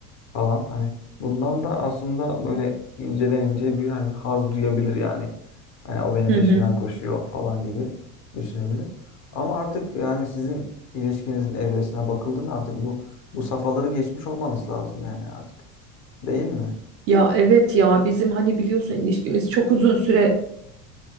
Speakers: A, on the left (about 35°); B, on the right (about 35°).
A: falan. Hani bundan da aslında böyle inceden ince bir hani haz duyabilir yani. E, o benim
B: hı
A: peşimden
B: hı.
A: koşuyor falan gibi düşünebilir. Ama artık yani sizin ilişkinizin evresine bakıldığında artık bu bu safhaları geçmiş olmanız lazım yani artık. Değil mi?
B: Ya evet ya bizim hani biliyorsun ilişkimiz çok uzun süre